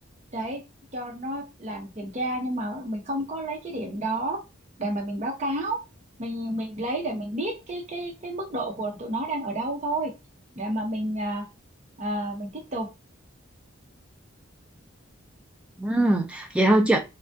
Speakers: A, on the right; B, in the centre.
A: để cho nó làm kiểm tra nhưng mà mình không có lấy cái điểm đó để mà mình báo cáo mình mình lấy để mình biết cái cái cái mức độ của tụi nó đang ở đâu thôi để mà mình à, à, mình tiếp tục
B: Ừ, vậy thôi chị